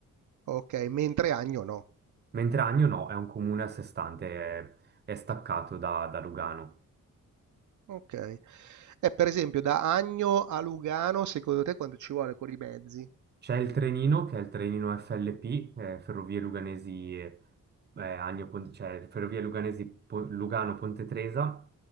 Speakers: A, on the right; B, on the right.
A: Ok, mentre Agno no.
B: Mentre Agno no, è un comune a sé stante, è, è staccato da, da Lugano.
A: Ok. E per esempio, da Agno a Lugano, secondo te quanto ci vuole con i mezzi?
B: C'è il Trenino, che è il Trenino FLP, eh, Ferrovie Luganesi, eh, Agno, Ponte- cioè Ferrovie Luganesi Po- Lugano Ponte Tresa.